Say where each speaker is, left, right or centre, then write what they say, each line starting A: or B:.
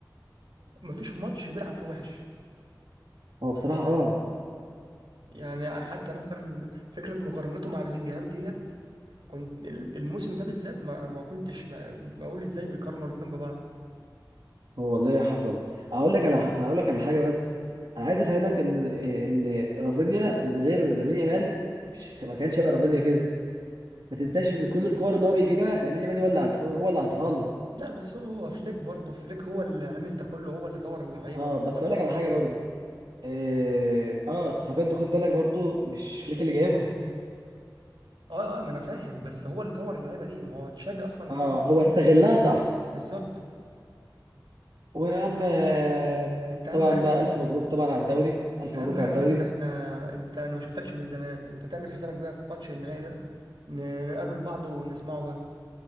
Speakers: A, on the right; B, on the right.
A: مفيش ماتش بيلعب فيه وحش
B: هو بصراحه اه
A: يعني حتى مثلا فكرة مقارنته مع بلينجهام ديت كنت ال- الموسم ده بالذات ما, ما كنتش ب- بقول ازاي بيقارنوا الاتنين ببعض
B: هو والله حصل اقول لك على ح- اقول لك على حاجه بس انا عايز افهمك ان ان رافينيا من غير لامين يامال مش ما كانش هيبقى رافينيا كده ما تنساش
A: لا
B: ان كل الكور اللي هو بيجيبها لامين يامال هو اللي عط- هو اللي عطاها له
A: لا بس هو هو فليك برضه فليك هو اللي عامل ده كله هو اللي طور اللعيبة
B: اه
A: وهو
B: بس
A: اللي
B: اقول
A: وصلهم
B: لك على حاجه
A: للدرجة
B: برضو
A: دي
B: اه آه، الصفقات دي خد بالك برضو مش فليك اللي جايبها
A: اه اه ما انا فاهم بس هو اللي طور اللعيبة دي ما هو تشافي اصلا
B: اه
A: جايب نفسهم
B: هو استغلها صح
A: بالظبط
B: ويا عم آه،
A: انت اهم
B: طبعا
A: حاجة
B: بقى
A: بس
B: الف مبروك طبعا على الدوري الف
A: اهم
B: مبروك
A: حاجة
B: على الدوري
A: بس احنا انت انا ما شفتكش من زمان انت تعمل حسابك بقى في ماتش النهائي ده ن- نقابل بعض ونسمعه بقى